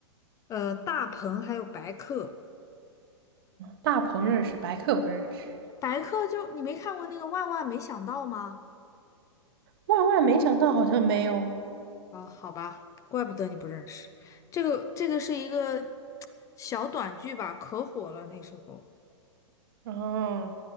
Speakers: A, on the left; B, on the right.
A: 呃，大鹏还有白客，
B: 大鹏认识，白客不认识。
A: 白客就你没看过那个《万万没想到》吗？
B: 万万没想到，好像没有。
A: 啊，好吧，怪不得你不认识。这个这个是一个小短剧吧，可火了那时候。
B: 哦，